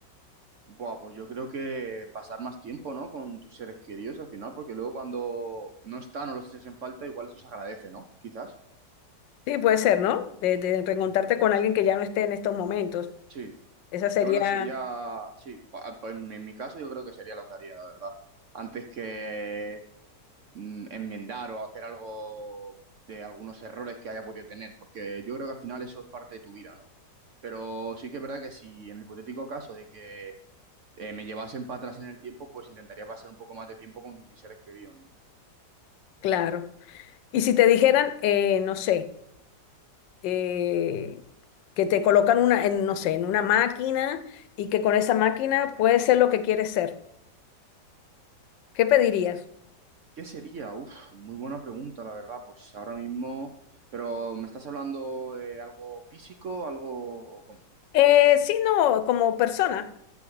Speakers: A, on the right; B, on the left.
A: Buah, pues yo creo que pasar más tiempo, ¿no? Con tus seres queridos al final, porque luego cuando no están o los echas en falta, igual eso se agradece, ¿no? Quizás.
B: Sí, puede ser, ¿no? De, de reencontrarte con alguien que ya no esté en estos momentos.
A: Sí,
B: Esa sería,
A: yo creo que sería, sí, pa- pa- en mi en mi caso yo creo que sería lo que haría, la verdad. Antes que mm, enmendar o hacer algo de algunos errores que haya podido tener, porque yo creo que al final eso es parte de tu vida, ¿no? Pero sí que es verdad que si en el hipotético caso de que eh, me llevasen para atrás en el tiempo, pues intentaría pasar un poco más de tiempo con mis seres queridos, ¿no?
B: claro. Y si te dijeran, eh, no sé, eh, que te colocan una, en, no sé, en una máquina y que con esa máquina puedes ser lo que quieres ser, ¿qué pedirías?
A: ¿Qué sería? Uf, muy buena pregunta, la verdad. Pues ahora mismo, pero ¿me estás hablando de algo físico, algo o cómo?
B: Eh, sí, no, como persona,